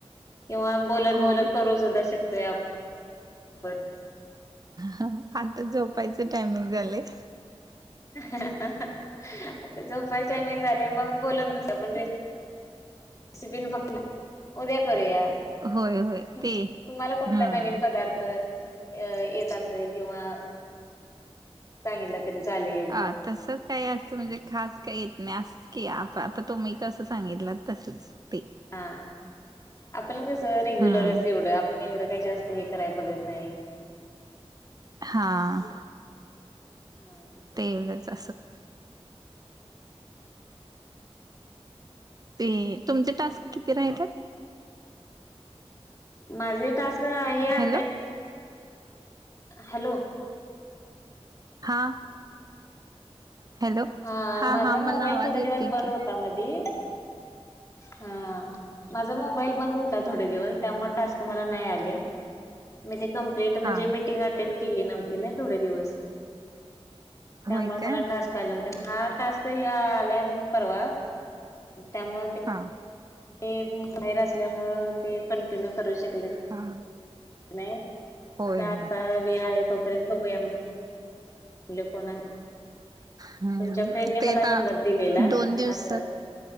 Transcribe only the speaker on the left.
किंवा बोलत
बोलत करू सुद्धा शकतोय आप आपण
ह्.. ह.. आता झोपायचाय मंग झाले मग बोलत बस आपण रेस सिविल बकला उद्या करू या
तुम्हाला
कोणता
नवीन पदार्थ अ... येत असेल किंवा सागितला तरी चालेल.
हा... आपण कस रेग्युलरच
एवढं आपण एवढं काय जास्त हे कराय बघत नाही.
हा <inaudible>
माझे टास्क आहे आता..
हॅलो!
हा.. आ.. माझा
मोबाईल
थोडे
दिवस बंद
होता मधी हा माझा मोबाईल बंद हो थोडे दिवस त्यामुळे टास्क मला नाही आले मी कमते म्हणजे
मीटिंग अटेंड केली नव्हती ना थोडे दिवस, त्यामुळे
मला टास्क केले होते ना हा टास्क आलाय परवा त्यामुळे ते
ते बाहेर असल्यामुळ ते कंटिन्यू करू शकले.
नाही,
दाता
आ वि आहे तोपर्यंत बघूया म्हणलं. म्हणलं कोण आहे.
तुमच्या फ्रेंडने
मला
नंबर दिलेला
असं